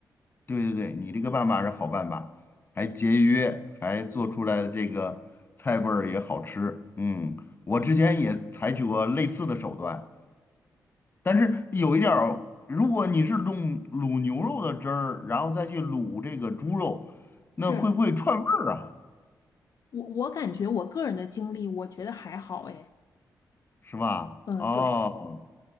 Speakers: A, on the left; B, on the left.
A: 对对对，你这个办法是好办法，还节约，还做出来的这个菜味儿也好吃。嗯，我之前也采取过类似的手段，但是有一点儿，如果你是弄卤牛肉的汁儿，然后再去卤这个猪肉，那会不会串味儿啊？
B: 是。我我感觉我个人的经历，我觉得还好诶。
A: 是吧？
B: 嗯，
A: 哦，
B: 对，